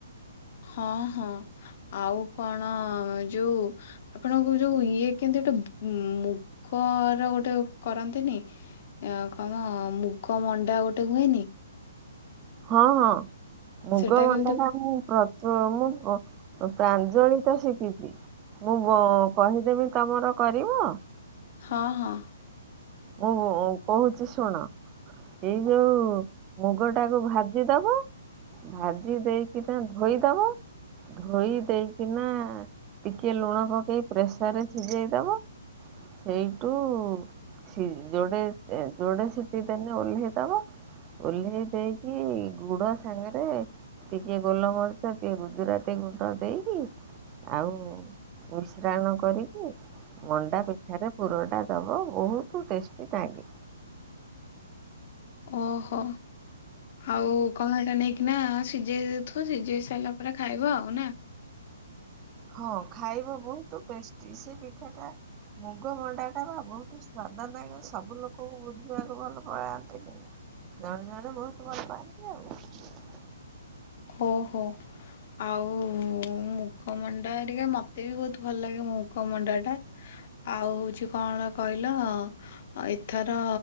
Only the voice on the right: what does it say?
ହଁ ହଁ ମୁଗ
ମଣ୍ଡା
ପା ମୁଁ ପ୍ରଚଳ ମୁଁ ପ୍ର ଓ ପ୍ରାଞ୍ଜଳିକା ଶିଖିଛି। ମୁଁ କହିଦେବି ତମର କରିବ?
ଓହେ ଉଁ କୋହୁଚି ଶୁଣ। ଏଇ ଯୋଉ ମୁଗଟାକୁ ଭାଜିଦବ। ଭାଜି ଦେଇକିନା ଧୋଇଦବ ଧୋଇ ଦେଇକିନା ଟିକିଏ ଲୁଣ ପକେଇ ପ୍ରେସରରେ ସିଝେଇଦବ ସେଇଟୁ ସି ଯୋଡେ ଏ ଯୋଡେ ସିଟି ଦେନେ ଓହ୍ଲେଇ ଦବ। ଓହ୍ଲେଇ ଦେଇକି ଗୁଡ ସାଙ୍ଗରେ ଟିକେ ଗୋଲମରିଚ ଟିକେ ରୁଜୁରାତି ଗୁଣ୍ଡ ଦେଇକି ଆଉ ମିଶ୍ରାଣ କରିକି ମଣ୍ଡା ପିଠାରେ ପୁର ଦେଇଦବ ବୋହୁ ତ ଟେଷ୍ଟି ନାଗେ।
ହଁ ଖାଇବା ବୋହୁତ ଟେଷ୍ଟି ସେ ପିଠାଟା ମୁଗ ସେଟା ପା ବୋହୁତ ସ୍ଵାଦ ଦାୟକ ସବୁ ଲୋକଙ୍କୁ ବୁଝିବାକୁ ଭଲ ପଳାନ୍ତିନି। <unintelligible> ଜଣେ ଜଣେ ବୋହୁତ ପାଆନ୍ତି ଆଉ।